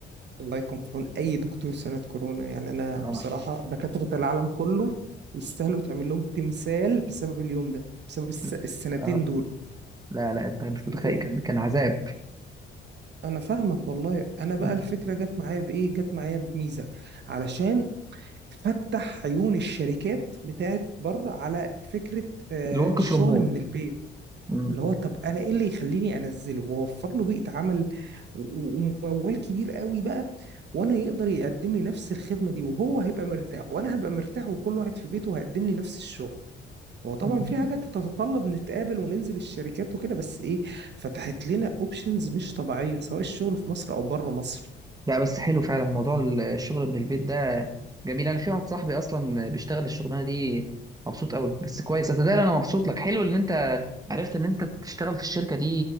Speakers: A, on the right; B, on the right.
A: الله يكون في عون اي دكتور سنة كورونا يعني انا
B: اه
A: بصراحة دكاترة العالم كله يستاهلوا يتعمل لهم تمثال بسبب اليوم ده بسبب الس...
B: لا
A: السنتين
B: آه.
A: دول
B: لا, لا انت مش
A: ال-
B: متخيل
A: ال-
B: كان كان عذاب
A: انا فاهمك والله انا بقى
B: مم.
A: الفكرة جت معايا بايه جت معايا بميزة علشان فتح عيون الشركات بتاعت بره على فكرة آه،
B: الورك
A: الشغل
B: فروم هوم
A: من البيت
B: مم.
A: اللي هو طب انا ايه اللي يخليني انزله واوفر له بيئه عمل و- و- وموال كبير قوي بقى وانا يقدر يقدم لي نفس الخدمه دي وهو هيبقى مرتاح وانا هبقى مرتاح وكل واحد في بيته هيقدم لي نفس الشغل هو طبعا
B: مم.
A: في حاجات هتتطلب نتقابل وننزل الشركات وكده بس ايه فتحت لنا اوبشنز مش طبيعيه سواء الشغل في مصر او بره مصر
B: لا بس حلو فعلا موضوع الشغل من البيت ده جميل انا في واحد صاحبي اصلا بيشتغل الشغلانه دي مبسوط قوي بس كويس اتدرى انا مبسوط لك حلو ان انت عرفت ان انت تشتغل في الشركه دي